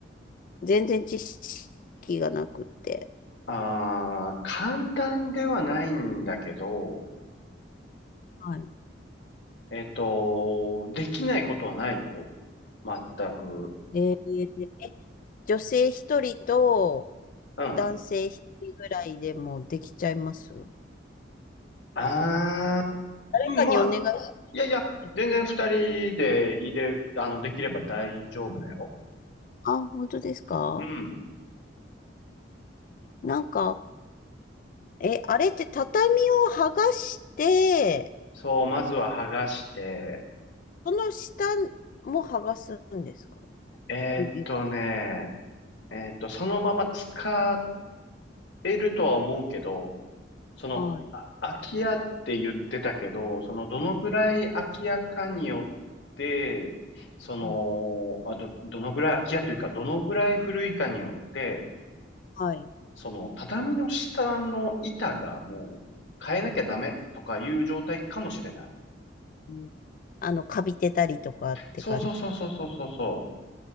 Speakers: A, on the left (about 45°); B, on the left (about 70°).
A: 全然知識がなくて。
B: ああ、簡単ではないんだけど、
A: はい。
B: えっと、できないことはないよ。全く。
A: えーでえ女性一人と
B: うん。
A: 男性一人ぐらいでもできちゃいます
B: ああ、
A: 誰かにお願いし
B: うん、まあ、いやいや、
A: て。
B: 全然二人で入れ、あの、できれば大丈夫だよ。
A: あ、本当ですか
B: うん。
A: なんか、え、あれって畳を剥がして、
B: そう、まずは剥がして、
A: その下も剥がすんですか
B: えーっとね、
A: よ
B: えーっと、そのまま使えるとは思うけど、その、
A: はい。
B: あ空き家って言ってたけど、その、どのぐらい空き家かによって、その、
A: うん、
B: あ、ど、どのぐらい空き家というか、どのぐらい古いかによって、
A: はい。
B: その、畳の下の板がもう変えなきゃダメとかいう状態かもしれない。
A: うん、あの、カビてたりとかって感じ。
B: そうそうそうそうそうそうそう。